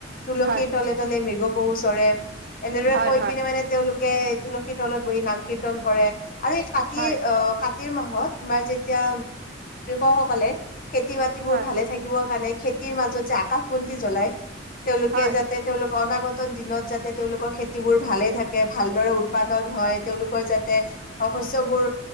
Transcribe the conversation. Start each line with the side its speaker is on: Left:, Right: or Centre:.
Left: তুলসীৰ
Right: হয় হয়
Left: তলে তলে মিগ পহু চৰে এনেদৰে
Right: হয়
Left: কৈ পিনে মানে তেওঁলোকে তুলসীৰ তলত বহি নাম কীৰ্তন কৰে। আৰু এই কাতিৰ
Right: হয়
Left: অ কাতিৰ মাহত তোমাৰ যেতিয়া কৃষক সকলে খেতি বাতিবোৰ
Right: হয়
Left: ভালে থাকিবৰ কাৰণে খেতিৰ মাজত যে আকাশ বন্তি জ্বলাই তেওঁলোকে
Right: হয়
Left: যাতে তেওঁলোকৰ অনাগত দিনত যাতে তেওঁলোকৰ খেতিবোৰ ভালে থাকে, ভালদৰে উৎপাদন হয়, তেওঁলোকৰ যাতে শশশ্যবোৰ